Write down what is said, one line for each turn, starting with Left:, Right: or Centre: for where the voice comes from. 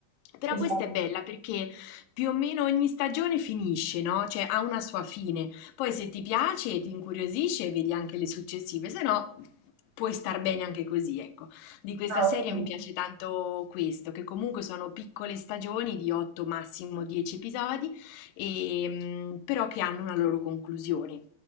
Left: Però
Right: Esatto.
Left: questa è bella perché più o meno ogni stagione finisce, no, cioè ha una sua fine. Poi se ti piace, ti incuriosisce, vedi anche le successive, se no puoi star bene anche così, ecco. Di questa
Right: Ah,
Left: serie
Right: ok.
Left: mi piace tanto questo, che comunque sono piccole stagioni di 8, massimo 10 episodi, e, mm, però che hanno una loro conclusione.